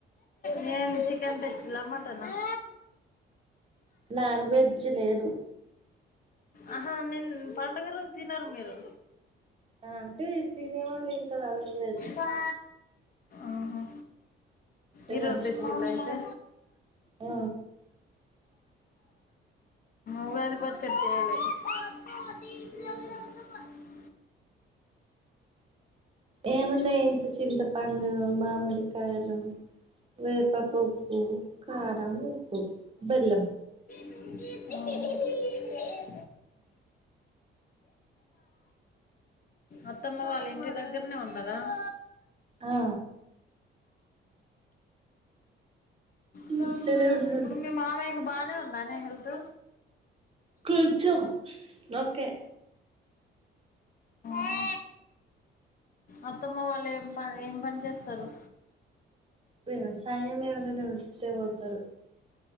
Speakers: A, on the left; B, on the right.
A: నేను చికెన్ తెచ్చిలా మటనా <inaudible>
B: నాన్ వెజ్ లేదు
A: ఆహా నిన్ పండుగ రోజు తినరు మీరు
B: ఆ అంటే తినేవాళ్ళు తింటారు అదేం లేదు
A: బా ఆహా
B: ఎవరి
A: ఈ రోజు
B: ఇష్టం
A: తెచ్చిందైతే
B: ఆ
A: ఉగాది పచ్చడి చెయ్యలె <unintelligible>
B: చెయ్యలే ఏమున్నయ్ ఇంత చింత పండు మామిడికాయలు వేపపువ్వ కారం ఉప్పు బెల్లం
A: అ <inaudible> అత్తమ్మ వాళ్ళింటి దగ్గర్నే ఉన్నరా <unintelligible>
B: ఆ
A: <unintelligible>
B: ఇట్లనే ఉన్నారు
A: ఇప్పుడు మీ మామయ్య బాగానే ఉందానే హెల్త్
B: కొంచెం ఓకే
A: ఆ అత్తమ్మ వాళ్ళేం ప ఏం పన్ చేస్తారు
B: వ్యవసాయం ఎవరైనా <inaudible> పోతారు